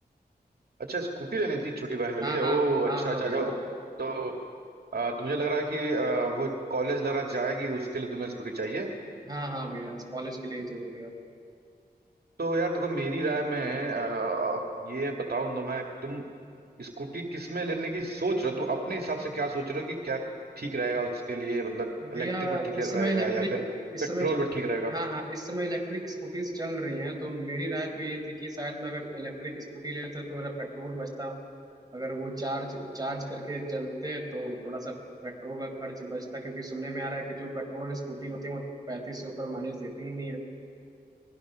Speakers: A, on the right; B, on the right.
A: अच्छा स्कूटी लेनी थी छोटी बहन के
B: हाँ
A: लिए
B: हाँ
A: ओ
B: हाँ
A: अच्छा
B: हाँ
A: अच्छा
B: भैया
A: जाओ तो अ, तुम्हें लग रहा है कि अ, वो कॉलेज लग रहा है जाएगी तो उसके लिए तुम्हें स्कूटी चाहिए
B: हाँ हाँ भैया कॉलेज के लिए ही चाहिए भैया
A: तो यार देखो मेरी राय में अ, ये बताऊं तो मैं तुम स्कूटी किस में लेने की सोच रहे हो तुम अपने हिसाब से क्या सोच रहे हो कि क्या ठीक रहेगा उसके लिए मतलब
B: भैया
A: इलेक्ट्रिक में ठीक
B: इस
A: रहेगा
B: समय इलेक्ट्रिक
A: या फिर
B: इस
A: पेट्रोल
B: समय
A: में ठीक रहेगा
B: हाँ हाँ इस समय इलेक्ट्रिक स्कूटीज चल रही हैं तो मेरी राय तो ये थी कि शायद मैं अगर इलेक्ट्रिक स्कूटी ले लेता तो मेरा पेट्रोल बचता अगर वो चार्ज चार्ज करके चलते तो थोड़ा सा पेट्रोल का खर्च बचता क्योंकि सुनने में आ रहा है कि जो पेट्रोल स्कूटी होती है वो पैंतीस सौ पर माइलेज देती ही नहीं है